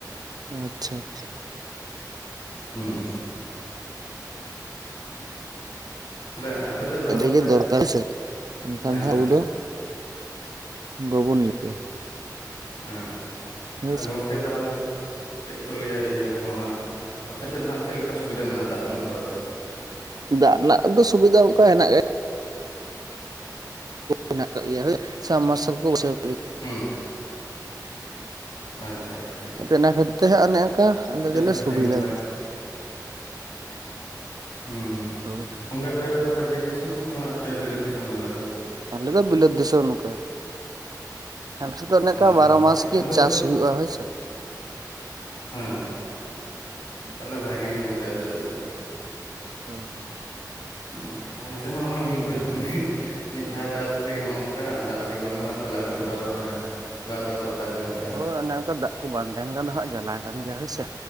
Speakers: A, on the right (about 60°); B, on the left (about 65°).
A: ᱟᱪᱪᱷᱟ ᱾
B: ᱦᱩᱸ᱾ ᱛᱟᱞᱦᱮ ᱟᱯᱮ ᱥᱮᱫ ᱫᱚ
A: ᱟᱹᱰᱤ
B: ᱚᱱᱠᱟ
A: ᱜᱮ ᱫᱚᱨᱠᱟᱨ ᱥᱮ ᱮᱱᱠᱷᱟᱱ
B: ᱦᱮᱸ
A: ᱫᱚ
B: ᱦᱮᱸ
A: ᱦᱟᱸᱜ ᱟᱵᱚ ᱫᱚ ᱵᱟᱵᱚᱱ ᱤᱭᱮ ᱠᱮᱭᱟ
B: ᱦᱮᱸ
A: ᱦᱳᱭ
B: ᱟᱨ
A: ᱥᱮ᱾
B: ᱜᱚᱢᱠᱮ ᱛᱟᱦᱚᱞᱮ ᱪᱮᱫ ᱠᱚ ᱞᱟᱹᱭᱟ ᱤᱭᱟᱹ ᱱᱚᱣᱟ? ᱟᱯᱮ ᱥᱮᱫ ᱫᱚ ᱪᱮᱫ ᱞᱮᱠᱟ ᱥᱩᱵᱤᱫᱟ ᱢᱮᱱᱟᱜᱼᱟ ᱫᱟᱜ ᱨᱮᱱᱟᱜ ᱫᱚ ᱟᱨᱠᱤ?
A: ᱫᱟᱜ ᱨᱮᱱᱟᱜ ᱫᱚ ᱥᱩᱵᱤᱫᱷᱟ ᱚᱱᱠᱟ ᱦᱮᱱᱟᱜ ᱜᱮᱭᱟ᱾ ᱦᱮᱱᱟᱜ ᱟᱠᱟᱫ ᱜᱮᱭᱟ ᱦᱳᱭ ᱥᱟᱨ ᱢᱟᱨᱥᱟᱞ ᱠᱚ ᱵᱳᱭᱥᱟᱹᱣ
B: ᱦᱩᱸ ᱟᱪᱪᱷᱟ ᱟᱪᱪᱷᱟ᱾
A: ᱟᱫᱚ ᱚᱱᱟ ᱠᱷᱟᱹᱛᱤᱨ ᱛᱮ ᱦᱟᱜ ᱚᱱᱮ ᱚᱱᱠᱟ ᱟᱞᱮ
B: ᱵᱮᱥ
A: ᱫᱚᱞᱮ ᱥᱩᱵᱤᱫᱟ
B: ᱟᱹᱰᱤ ᱱᱟᱯᱟᱭ
A: ᱜᱮᱭᱟ᱾
B: ᱦᱩᱸ ᱦᱩᱸ
A: ᱦᱳᱭ
B: ᱜᱚᱝᱠᱮ ᱟᱯᱮᱫᱚ ᱛᱟᱦᱚᱞᱮ ᱵᱤᱨ ᱫᱤᱥᱚᱢ ᱥᱮ ᱱᱚᱣᱟ ᱟᱯᱮ ᱵᱤᱞᱟᱹᱛ ᱫᱤᱥᱚᱢ ᱠᱟᱱᱟᱯᱮ?
A: ᱟᱞᱮ ᱫᱚ ᱵᱤᱞᱟᱹᱛ ᱫᱤᱥᱚᱢ ᱱᱚᱝᱠᱟ᱾ ᱟᱞᱮ ᱥᱮᱫ ᱫᱚ ᱚᱱᱮᱠᱟ
B: ᱚ
A: ᱵᱟᱨᱚ
B: ᱚ
A: ᱢᱟᱥ
B: ᱵᱷᱟᱜᱮ
A: ᱜᱮ
B: ᱛᱟᱦᱚᱞᱮ
A: ᱪᱟᱥ
B: ᱛᱚ
A: ᱦᱩᱭᱩᱜᱼᱟ ᱦᱳᱭᱥᱮ᱾
B: ᱦᱮᱸ ᱦᱮᱸ᱾
A: ᱦᱳᱭ᱾
B: ᱛᱟᱦᱚᱞᱮ ᱵᱷᱟᱜᱤ ᱜᱮ ᱜᱚᱝᱠᱮ ᱟᱯᱮᱥᱮᱫ ᱫᱚ᱾
A: ᱦᱳᱭ ᱦᱳᱭ᱾
B: ᱦᱩᱜ ᱩᱭ ᱚᱸᱝᱥᱮᱫ ᱢᱟ ᱦᱚᱸᱜᱼᱚᱭ ᱢᱤᱫ ᱵᱚᱪᱷᱚᱨ <unintelligible> ᱢᱤᱫ ᱫᱷᱟᱣ ᱪᱟᱥ ᱛᱮᱜᱮ ᱱᱚᱜ ᱱᱚᱝᱠᱟ ᱫᱟᱜ ᱜᱮ ᱵᱟᱹᱱᱩᱜᱼᱟ ᱛᱟᱦᱞᱮ ᱟᱨ ᱵᱟᱨᱚ ᱮ ᱵᱟᱨ ᱫᱷᱟᱣ ᱫᱚ ᱚᱠᱟᱨᱮᱵᱮᱱ- ᱪᱟᱥᱟ
A: ᱦᱳᱭ ᱚᱱᱮ ᱚᱱᱠᱟ ᱫᱟᱜ ᱠᱚ ᱵᱟᱸᱝ ᱛᱟᱦᱮᱱ ᱠᱷᱟᱱ ᱫᱚ ᱦᱳᱭ ᱡᱟᱞᱟ ᱠᱟᱱ ᱜᱮᱭᱟ ᱦᱳᱭᱥᱮ